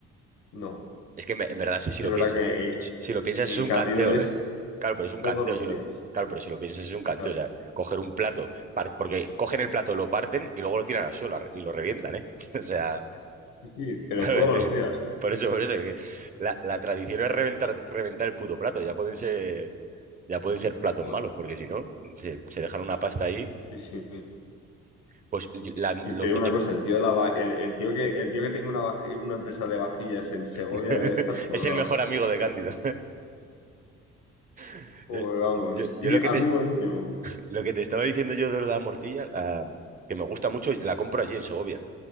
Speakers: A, on the left; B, on the right.
A: No.
B: Es que me- en verdad, si,
A: Es
B: si
A: que
B: lo
A: es verdad
B: piensas,
A: que en,
B: si, si lo piensas
A: en
B: es un
A: Cándido
B: canteo,
A: es
B: ¿eh? Claro, pero es un
A: todos
B: canteo,
A: los
B: si lo,
A: días.
B: claro, pero si lo piensas es un canteo,
A: Claro.
B: o sea, coger un plato, par- porque cogen el plato, lo parten y luego lo tiran al suelo ar- y lo revientan, ¿eh? <laughs> O sea,
A: Sí, sí, pero
B: claro,
A: todos
B: eh, <laughs>
A: los días.
B: por eso, por eso, que la, la tradición es reventar, reventar el puto plato, ya pueden ser, ya pueden ser platos
A: Joder.
B: malos, porque si no, se, se dejan una pasta ahí,
A: Sí, sí.
B: pues y- la-
A: Y
B: lo
A: te digo
B: que
A: una
B: te...
A: cosa, el tío de la va- el, el tío que el tío que tenga una, vaji- una empresa de vajillas en Segovia
B: <laughs>
A: debe estar forrado.
B: Es el mejor amigo de Cándido. <laughs>
A: Joder,
B: Yo,
A: vamos.
B: yo- yo
A: Y
B: lo
A: amigo
B: que te,
A: íntimo.
B: Lo que te estaba diciendo yo de la morcilla, la- que me gusta mucho, la compro allí en Segovia.